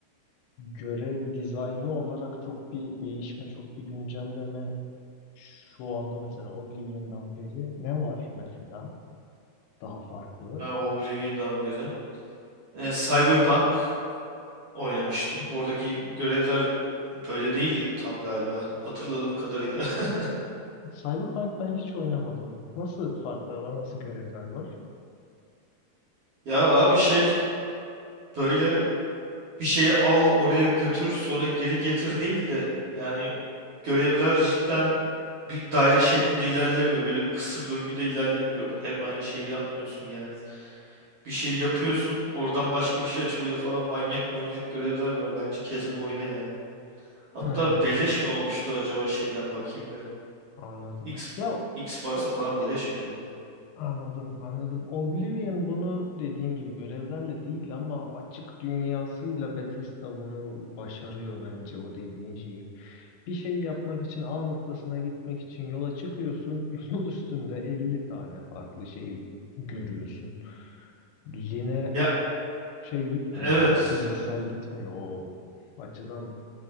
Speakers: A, on the left (about 80°); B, on the right (about 60°).
A: görev dizaynı olarak çok bir değişme, çok bir güncelleme şu anda mesela Oblivion'dan beri ne var mesela daha farklı?
B: Ha, Oblivion'dan beri. E, Cyberpunk oynamıştım. Oradaki görevler böyle değildi tam galiba. Hatırladığım kadarıyla. <laughs>
A: Cyberpunk ben hiç oynamadım. Nasıl farklar var, nasıl görevler var?
B: Ya abi şey böyle bir şeyi al oraya götür sonra geri getir değil de yani görevler cidden bir daire şeklinde ilerlemiyor. Böyle bir kısır döngüde ilerlemiyor. Hep aynı şeyi yapmıyorsun yani. Bir şey yapıyorsun, oradan başka bir şey açılıyor falan. Manyak manyak görevler var. Bence kesin oyna yani. Hatta
A: Hmm,
B: beleş mi olmuştu acaba şeyden bakayım be.
A: anladım.
B: X,
A: Ya
B: Xbox'a
A: o-
B: falan beleş mi acaba?
A: Anladım, anladım. Oblivion bunu dediğin gibi görevlerle değil ama açık dünyasıyla Bethesda bunu başarıyor bence o dediğin şeyi. Bir şey yapmak için A noktasına gitmek için yola çıkıyorsun. <laughs> Yol üstünde 50 tane farklı şey görüyorsun. Line
B: Ya
A: şey gitmiyor
B: evet.
A: yani çizgisel gitmiyor o açıdan